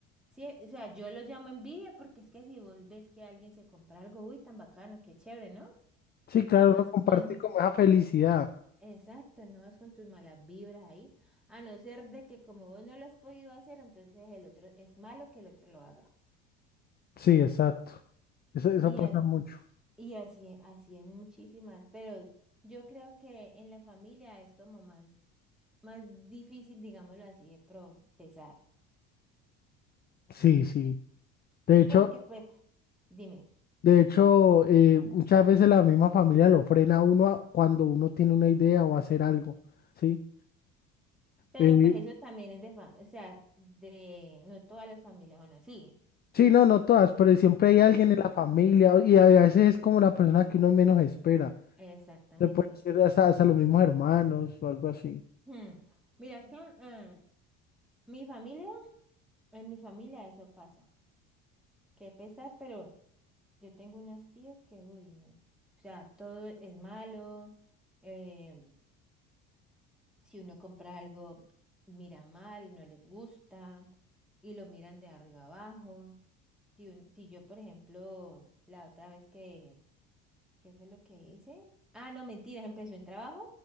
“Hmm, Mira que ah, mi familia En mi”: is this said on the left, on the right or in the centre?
Centre